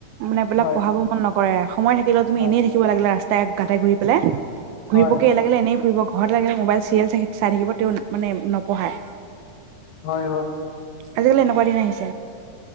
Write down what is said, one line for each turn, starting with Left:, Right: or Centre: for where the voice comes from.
Right: মানে এইবিলাক
Left: হয়
Right: পঢ়াব মন নকৰে সময় থাকিলে তুমি
Left: হয়
Right: এনেই থাকিব লিলে ৰাস্তাই গাতে ঘূৰি প্লে ঘূৰি
Left: হয়
Right: পকি লাগিলে এনেই ফুৰিব গৈ ঘৰত লাগিলে মোবাইল চিৰিয়েল চাই থাকিব তেওঁ মানে নপঢ়ায়
Left: হয় হয়
Right: আজিকালি এনেকা দিন আহিছে এ